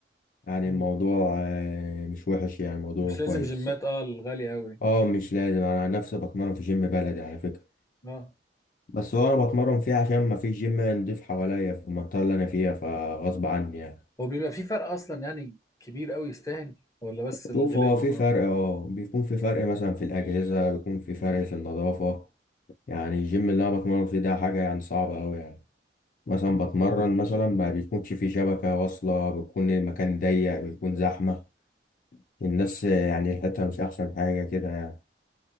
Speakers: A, on the left; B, on the left.
A: يعني
B: مم.
A: الموضوع آه، مش وحش يعني الموضوع
B: مش لازم
A: كويس
B: جيمات اه الغاليه قوي
A: اه مش لازم انا عن نفسي بتمرن في جيم بلدي على فكرة
B: اه
A: بس هو انا بتمرن فيه عشان ما فيش جيم نضيف حواليا في المنطقة اللي انا فيها فغصب عني يعني
B: هو بيبقى في فرق اصلا يعني كبير قوي يستاهل ولا بس الغلاوه
A: شوف هو
B: وخلاص
A: في فرق اه بيكون في فرق مثلا في الأجهزة بيكون في فرق في النظافة يعني الجيم اللي انا بتمرن فيه ده حاجة يعني صعبة اوي يعني مثلا
B: مم.
A: بتمرن مثلا ما بيكونش في شبكة واصلة بيكون المكان ضيق بيكون زحمة الناس يعني الحتة مش أحسن حاجة كده يعني